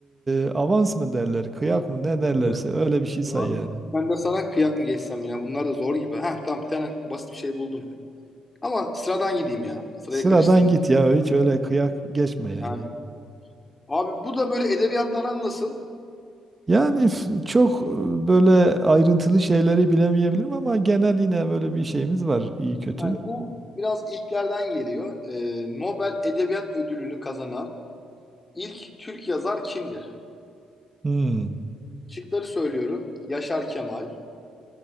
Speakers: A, on the right; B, on the left.
A: e, avans mı derler kıyak mı ne derlerse
B: Evet.
A: öyle bir şey say
B: Ulan
A: yani.
B: Ben de sana kıyak mı geçsem ya? Bunlar da zor gibi. Heh tamam bir tane basit bir şey buldum. Ama sıradan gideyim ya. Sırayı
A: Sıradan
B: karıştırma.
A: git ya hiç öyle kıyak geçme yani.
B: Aynen. Abi bu da böyle edebiyatlardan nasıl?
A: Yani f- çok e, böyle ayrıntılı şeyleri bilemeyebilirim ama genel yine böyle bir şeyimiz var iyi kötü.
B: Yani bu biraz ilklerden geliyor. Ee, Nobel Edebiyat Ödülünü kazanan ilk Türk yazar kimdir?
A: Hmm.
B: Şıkları söylüyorum. Yaşar Kemal,